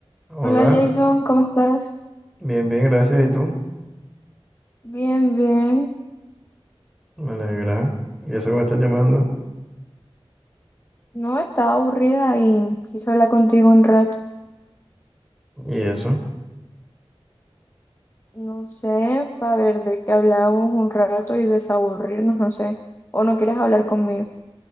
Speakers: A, in the centre; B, on the left.
A: Hola,
B: Hola Jason, ¿cómo estás?
A: bien, bien, gracias. ¿Y tú?
B: Bien, bien.
A: Me alegra. ¿Y eso que me estás llamando?
B: No, estaba aburrida y quise hablar contigo un rato.
A: ¿Y eso?
B: No sé, para ver de qué hablábamos un rato y desaburrirnos, no sé. ¿O no quieres hablar conmigo?